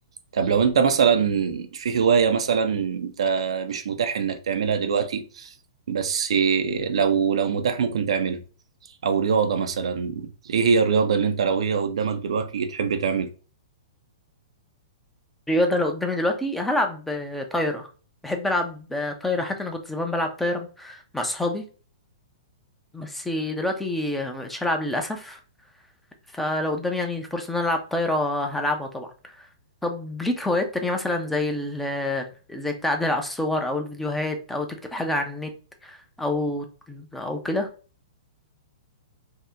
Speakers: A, on the right; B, in the centre.
A: طب لو أنت مثلا في هواية مثلا أنت مش متاح إنك تعملها دلوقتي بس لو لو متاح ممكن تعملها أو رياضة مثلا إيه هي الرياضة اللي أنت لو هي قدامك دلوقتي تحب تعملها
B: الرياضه لو قدامي دلوقتي هلعب آه، طايره بحب العب آه، طايره حتى انا كنت زمان بلعب طايره مع اصحابي بس دلوقتي مبقتش العب للاسف فلو قدامي يعني فرصه ان انا العب طايره هلعبها طبعا طب ليك هوايات تانية مثلا زي ال آه، زي التعديل على الصور او الفيديوهات او تكتب حاجه على النت او او كده